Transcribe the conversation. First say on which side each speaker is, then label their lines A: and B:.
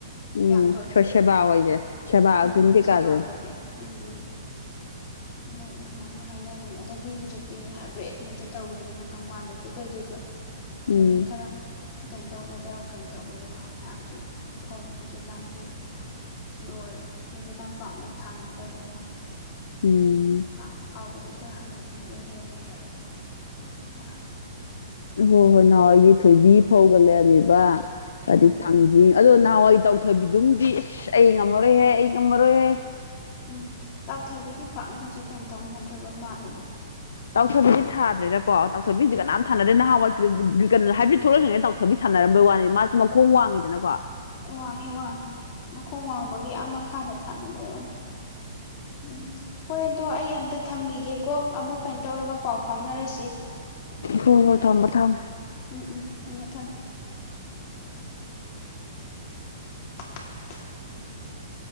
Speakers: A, on the left (about 75°); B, on the left (about 40°).
A: ꯎꯝ
B: ꯌꯥꯝ ꯊꯣꯠꯇ꯭ꯔꯁꯨ
A: ꯁ ꯁꯦꯕꯥ ꯑꯣꯏꯁꯦ ꯁꯦꯕꯥꯗꯤ
B: ꯎꯝ ꯎꯝ ꯁꯦꯕꯥ
A: ꯀꯥꯖꯦ
B: ꯍꯣꯏꯁꯦ ꯎꯝ ꯎꯝ ꯃꯣꯏ ꯑꯗꯨꯃꯥꯏꯅ ꯍꯥꯏ ꯍꯥꯏꯅꯈꯤꯕꯅꯤ ꯑꯗꯒꯤ ꯍꯧꯖꯤꯛꯇꯤ ꯍꯥꯏꯕ꯭ꯔꯤꯠ ꯃꯛꯇ ꯇꯧꯈ꯭ꯔꯦꯗꯅ ꯀꯪꯐꯥꯜꯗꯁꯨ ꯀꯩꯗꯁꯨ ꯑꯗꯒꯤ
A: ꯎꯝ
B: ꯈꯔ ꯀꯩꯅꯣ ꯇꯧꯕꯗ ꯀꯩꯅꯣ ꯇꯧꯕꯩ ꯋꯥꯅꯤ ꯍꯥꯏꯕꯗꯤ ꯏꯐꯧ ꯍꯧꯖꯤꯛꯀꯥꯟꯒꯤ ꯂꯣꯏꯔꯦ ꯍꯧꯖꯤꯛꯀꯥꯟ ꯄꯥꯛꯅ ꯊꯥꯅꯗꯕꯩ ꯋꯥꯅꯤ
A: ꯎꯝ
B: ꯍ ꯍꯥꯎꯕꯗꯤꯑꯣ ꯑꯩꯈꯣꯏ ꯍꯥꯟꯅꯩꯗꯨꯃꯛ ꯑꯣꯏꯍꯦꯜꯜꯂꯤ ꯌꯥ
A: ꯍꯣ ꯍꯣꯏ ꯅꯋꯥ ꯌꯦ ꯊ ꯕꯤ ꯐꯥꯎ ꯂꯦꯕꯤꯕ ꯍꯥꯏꯗꯤ
B: ꯎꯝ
A: ꯊꯥꯡꯖꯤꯡ ꯑꯗꯣ ꯅꯍꯥꯟꯋꯥꯏ ꯇꯧ ꯊꯣꯏꯕꯤꯗꯨꯝꯗꯤ ꯑꯁ ꯑꯩ ꯉꯝꯃꯔꯣꯏꯍꯦ ꯑꯩ ꯃꯔꯔꯌꯦꯦ
B: ꯎꯝ ꯀꯥꯎꯊꯕꯤꯗꯤ ꯄꯥꯛꯅ ꯍꯧꯖꯤꯛ ꯀꯩꯅꯣ ꯇꯧꯅꯗ꯭ꯔꯕ ꯃꯥꯜꯜꯂꯤꯦꯗ
A: ꯇꯥꯎꯊꯕꯤꯗꯤ ꯊꯥꯗ꯭ꯔꯦꯅꯀꯣ ꯇꯥꯎꯊꯕꯤꯁꯦ ꯀꯅꯥꯝ ꯊꯥꯅꯗꯦ ꯅꯍꯥꯟꯋꯥꯏ ꯀꯩꯅꯣ ꯍꯥꯏꯕꯤꯠ ꯊꯣꯛꯂꯛꯏꯩꯅ ꯇꯥꯎꯊꯕꯤ ꯊꯥꯅꯔꯝꯕꯒꯤ ꯋꯥꯅꯤ ꯃꯥꯁꯨ ꯃꯈꯣꯡ ꯋꯥꯡꯉꯤꯗꯅꯀꯣ
B: ꯋꯥꯡꯉꯤ ꯋꯥꯡꯉꯤ ꯃꯈꯣꯡ ꯋꯥꯡꯕꯒꯤ ꯃꯈꯥꯗ ꯊꯅꯕꯦ ꯋꯥ ꯎꯝ ꯍꯣꯏ ꯣ ꯑꯩ ꯑꯝꯇ ꯊꯝꯈꯤꯒꯦꯀꯣ ꯑꯃꯨꯛ ꯀꯥꯏ ꯇꯧꯔꯒ ꯄꯥꯎ ꯐꯥꯎꯅꯔꯁꯤ
A: ꯍꯣꯏ ꯍꯣꯏ ꯊꯝꯃꯣ ꯊꯝꯃꯣ
B: ꯎꯝ ꯎꯝ ꯊꯝꯃꯦ ꯊꯝꯃꯦ <inaudible>